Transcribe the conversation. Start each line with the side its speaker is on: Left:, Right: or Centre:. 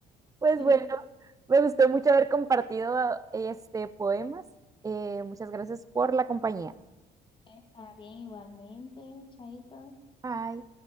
Right: Pues
Left: Sí.
Right: bueno, me gustó mucho haber compartido este poemas. Eh, muchas gracias por la compañía.
Left: Está bien, igualmente, Chaito.
Right: Bye.